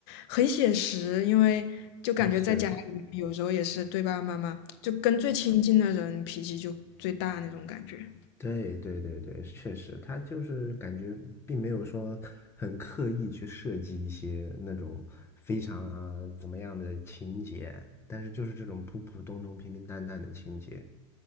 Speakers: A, on the left (about 60°); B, on the left (about 15°).
A: 很写实。因为就感觉在家里面有时候也是对爸爸妈妈，
B: 啊，是的，
A: 就跟最亲近的人脾气就最大那种感觉。
B: 对对对对，确实，他就是感觉并没有说很刻意去设计一些那种非常啊怎么样的情节，但是就是这种普普通通、平平淡淡的情节，